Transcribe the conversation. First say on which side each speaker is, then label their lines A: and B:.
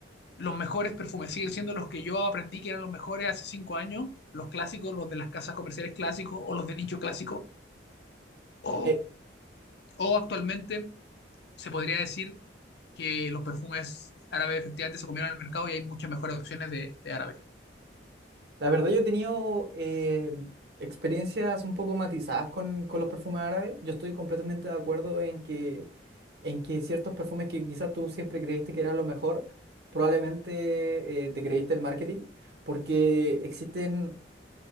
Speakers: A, on the left; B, on the right.
A: Los mejores perfumes siguen siendo los que yo aprendí que eran los mejores hace cinco años, los clásicos, los de las casas comerciales clásicos o los de nicho clásico, o
B: Eh,
A: O actualmente se podría decir que los perfumes árabes efectivamente se comieron en el mercado y hay muchas mejores opciones de, de árabe.
B: la verdad yo he tenido eh, experiencias un poco matizadas con, con los perfumes árabes. Yo estoy completamente de acuerdo en que, en que ciertos perfumes que quizás tú siempre creíste que era lo mejor, probablemente eh, te creíste el marketing, porque existen